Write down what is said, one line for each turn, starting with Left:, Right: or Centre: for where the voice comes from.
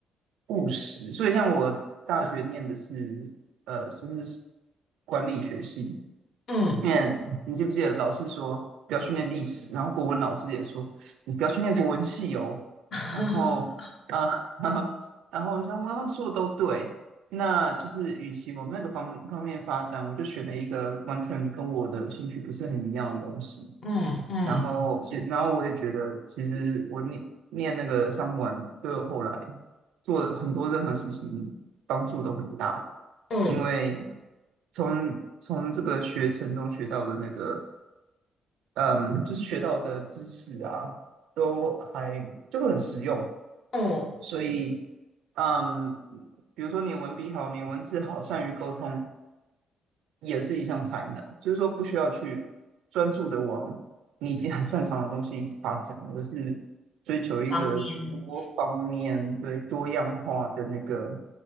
Right: 务实。所以像我大学念的是呃，就是管理学系，
Left: 嗯
Right: 念，你记不记得老师说不要去念历史，然后国文老师也说你不要去念国文系哦。
Left: <laughs>
Right: 然后，啊，<laughs> 然后，然后我想说他们说的都对，那就是与其往那个方方面发展，我就选了一个完全跟我的兴趣不是很一样的东西。
Left: 嗯嗯
Right: 然后其然后我也觉得，其实我念念那个上普丸，对我后来做很多任何事情帮助都很大，
Left: 嗯
Right: 因为从从这个学程中学到的那个，嗯，就是学到的知识啊，都还就很实用，
Left: 嗯，
Right: 所以，嗯，比如说你文笔好，你文字好，善于沟通，也是一项才能，就是说不需要去专注的往你已经很擅长的东西一直发展，而是追求一个多方面对多样化的那个
Left: 方面，